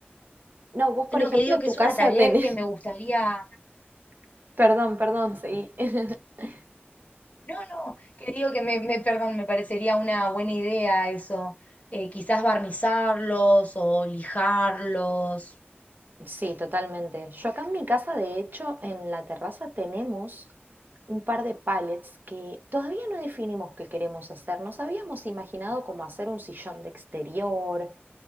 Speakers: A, on the right (about 50°); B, on the left (about 40°).
A: No, vos por
B: no,
A: ejemplo
B: que digo
A: en
B: que
A: tu
B: es
A: casa
B: una tarea
A: tenés.
B: que me gustaría.
A: <laughs> Perdón, perdón, sí. <laughs>
B: No, no, que digo que me, me, perdón, me parecería una buena idea eso. Eh, quizás barnizarlos o lijarlos.
A: Sí, totalmente. Yo acá en mi casa, de hecho, en la terraza tenemos un par de pallets que todavía no definimos qué queremos hacer. Nos habíamos imaginado como hacer un sillón de exterior,